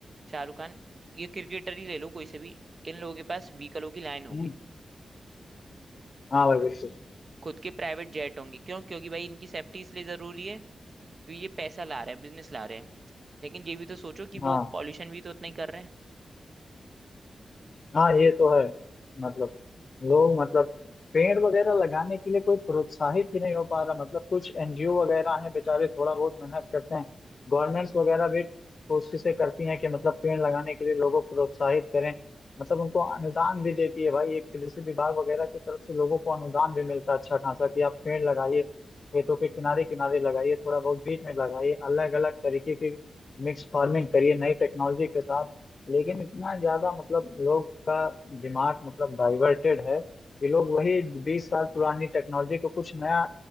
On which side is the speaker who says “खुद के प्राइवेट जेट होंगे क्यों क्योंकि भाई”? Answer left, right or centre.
Right